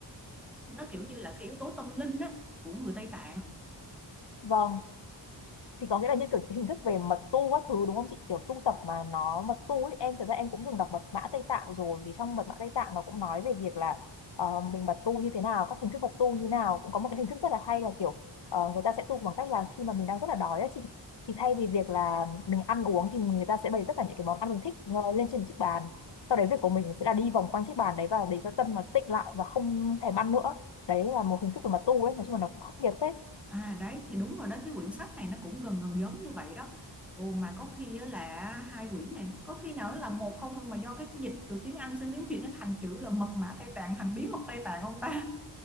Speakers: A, in the centre; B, on the left.
A: nó kiểu như là cái yếu tố tâm linh á của người Tây Tạng
B: vâng thì có nghĩa là như kiểu cái hình thức về mật tu các thứ đúng không chị kiểu tu tập mà nó mật tu ấy em thật ra em cũng từng đọc mật mã Tây Tạng rồi thì trong mật mã Tây Tạng nó cũng nói về việc là ờ, mình mật tu như thế nào các hình thức mật tu như nào cũng có một cái hình thức rất là hay là kiểu ờ, người ta sẽ tu bằng cách là khi mà mình đang rất là đói á chị thì thay vì việc là mình ăn uống thì người ta sẽ bày tất cả những cái món ăn mình thích ờ, lên trên chiếc bàn sau đấy việc của mình sẽ là đi vòng quanh chiếc bàn đấy và để cho tâm nó tịnh lại và không thèm ăn nữa đấy là một hình thức về mật tu ấy nói chung là nó cũng khắc nghiệt phết
A: À đấy thì đúng rồi đó cái quyển sách này nó cũng gần gần giống như vậy đó Ồ, mà có khi á là hai quyển này có khi nào nó là một không mà do cái, cái dịch từ tiếng Anh sang tiếng Việt nó thành chữ là mật mã Tây Tạng thành bí mật Tây Tạng không ta